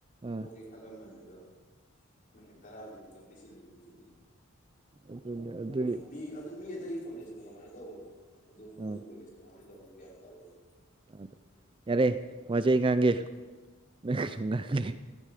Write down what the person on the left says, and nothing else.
ꯊꯣꯛꯀꯦ ꯈꯜꯂꯝꯕꯅꯦ ꯑꯗꯣ ꯅꯨꯃꯤꯠ ꯇꯔꯥꯅꯤꯃꯨꯛꯇꯪ ꯄꯤꯁꯤꯜꯂꯤ ꯁꯨꯇꯤ
ꯎ ꯃꯤ ꯑꯗꯨ ꯃꯤ ꯑꯇꯩ ꯀꯣꯂꯦꯖ ꯀꯃꯥꯏ ꯇꯧꯕꯅꯣ ꯑꯗꯨ ꯃꯣꯏ
ꯀꯣꯂꯦꯖꯅ ꯀꯃꯥꯏ ꯇꯧꯕꯅꯣ ꯒ꯭ꯌꯥꯟ ꯇꯥꯗꯦꯕ